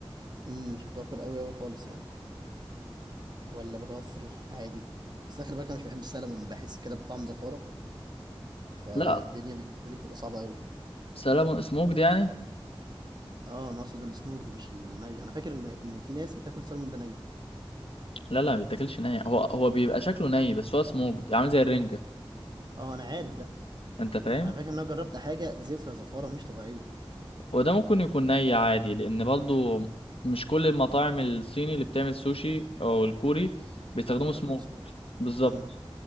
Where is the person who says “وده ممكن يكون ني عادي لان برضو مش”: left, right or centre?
Left